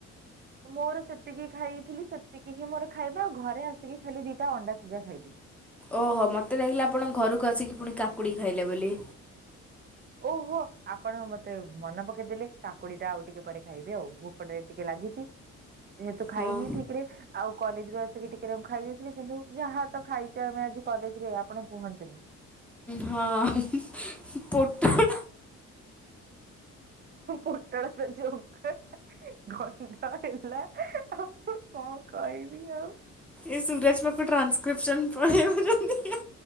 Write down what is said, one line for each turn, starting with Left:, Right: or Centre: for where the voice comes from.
Right: ମୋର ସେତିକି ଖାଇଥିଲି ସେତିକି ହିଁ ମୋର ଖାଇବା ଆଉ ଘରେ ଆସିକି ଖାଲି ଦିଟା ଅଣ୍ଡା ସିଜା ଖାଇଲି।
Centre: ଓହୋ ମୋତେ ଲାଗିଲା ଆପଣ ଘରକୁ ଆସିକି ପୁଣି କାକୁଡି ଖାଇଲେ ବୋଲି।
Right: ଓହୋ ଆପଣ ମତେ ମନେ ପକେଇଦେଲେ କାକୁଡି ଟା ଆଉ ଟିକେ ପରେ ଖାଇବେ ଆଉ ପଟରେ ଟିକେ ଲାଗୁଛି ଯେହେତୁ ଖାଇନି
Centre: ହଁ
Right: ଠିକ ରେ ଆଉ କଲେଜ ରୁ ଆସିକି ଟିକେ ଖାଇ ଦେଇେଇଥିଲି କିନ୍ତୁ ଯାହା ତ ଖାଇଚେ ଆମେ ଆଜି କଲେଜ ରେ ଆପଣ କୁହନ୍ତୁନି।
Centre: ହଁ ପୋଟଳ
Right: ପଟଳଛି <unintelligible> ଗନ୍ଧ ହେଲା ଆଉ ମୁ କଣ କହିବି ଆଉ
Centre: ଏ ସୂୁରଜ ପାଖୁ ଟ୍ରାସକ୍ରିପସନ୍ ପଳେଇ ଆଉଚନ୍ତି।